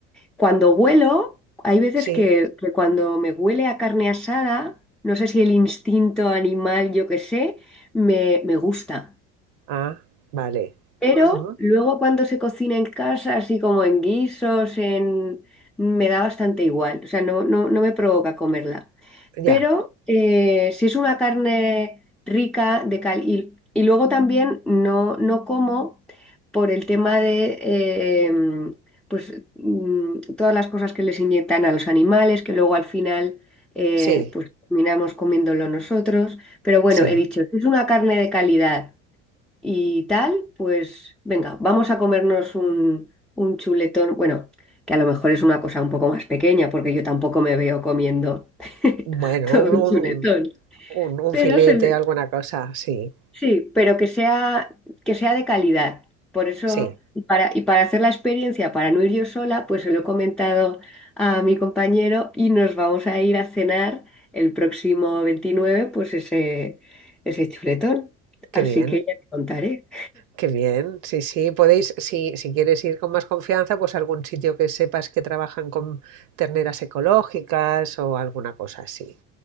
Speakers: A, in the centre; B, on the right (about 60°).
A: Cuando huelo, hay veces
B: Sí.
A: que, que cuando me huele a carne asada, no sé si el instinto animal, yo qué sé, me, me gusta.
B: Ah, vale.
A: Pero
B: Ujú.
A: luego cuando se cocina en casa, así como en guisos, en... me da bastante igual, o sea, no, no, no me provoca comerla.
B: Ya,
A: Pero eh, si es una carne rica de cal y, y luego también no, no como por el tema de em, pues mm, todas las cosas que les inyectan a los animales, que luego al final eh,
B: sí,
A: pues terminamos comiéndolo nosotros. Pero bueno,
B: sí.
A: he dicho, si es una carne de calidad y tal, pues venga, vamos a comernos un, un chuletón, bueno, que a lo mejor es una cosa un poco más pequeña, porque yo tampoco me veo comiendo <laughs>
B: Bueno,
A: todo
B: un,
A: un
B: un,
A: chuletón,
B: un- un- un
A: pero
B: filete,
A: se le-
B: alguna cosa, sí,
A: sí, pero que sea, que sea de calidad. Por eso,
B: sí,
A: y para, y para hacer la experiencia, para no ir yo sola, pues se lo he comentado a mi compañero y nos vamos a ir a cenar el próximo veintinueve pues ese, ese chuletón. Así
B: qué bien,
A: que ya te contaré.
B: qué bien, sí, sí, podéis, si, si quieres ir con más confianza, pues algún sitio que sepas que trabajan con terneras ecológicas o alguna cosa así,